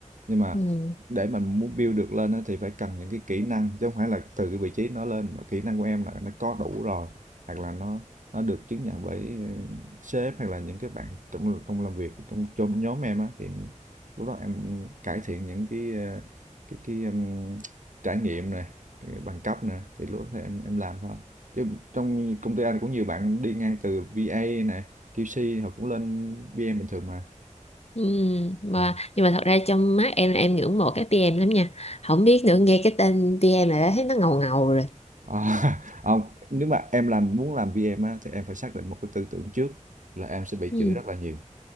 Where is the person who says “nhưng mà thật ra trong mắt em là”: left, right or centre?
Left